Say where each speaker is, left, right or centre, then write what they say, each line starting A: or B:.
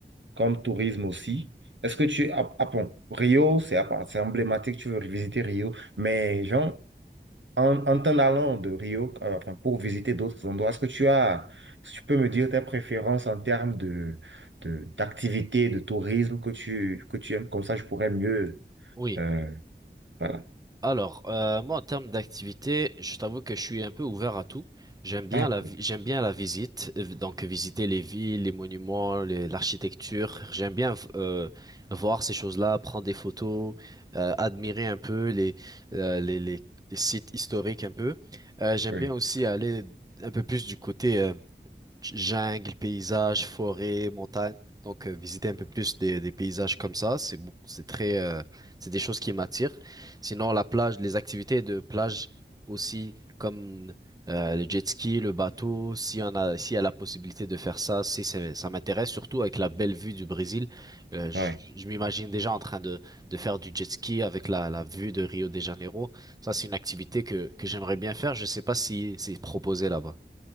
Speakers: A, on the right; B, on the right.
A: comme tourisme aussi. Est-ce que tu... Ah, ah bon, Rio, c'est à c'est emblématique, tu veux visiter Rio. Mais genre, en, en t'en allant de Rio, euh, enfin, pour visiter d'autres endroits, est-ce que tu as... est-ce que tu peux me dire tes préférences en termes de, de, d'activité, de tourisme que tu, que tu aimes? Comme ça, je pourrais mieux...
B: Oui.
A: euh, voilà.
B: Alors, euh, moi, en termes d'activité, je t'avoue que je suis un peu ouvert à tout. J'aime bien
A: Ah,
B: la,
A: cool.
B: vi- j'aime bien la visite, euh, donc visiter les villes, les monuments, les- l'architecture. J'aime bien v- euh, voir ces choses-là, prendre des photos, euh, admirer un peu les, euh, les, les- les sites historiques un peu. Euh, j'aime
A: Oui.
B: bien aussi aller un peu plus du côté euh, jungle, paysage, forêt, montagne. Donc euh, visiter un peu plus des, des paysages comme ça, c'est beaucoup- c'est très euh, c'est des choses qui m'attirent. Sinon la plage, les activités de plage aussi comme euh, le jet ski, le bateau, si on a s'il y a la possibilité de faire ça, si c'est- ça m'intéresse surtout avec la belle vue du Brésil, Euh, je,
A: Ouais.
B: je m'imagine déjà en train de de faire du jet ski avec la la vue de Rio de Janeiro. Ça c'est une activité que que j'aimerais bien faire, je sais pas si c'est proposé là-bas.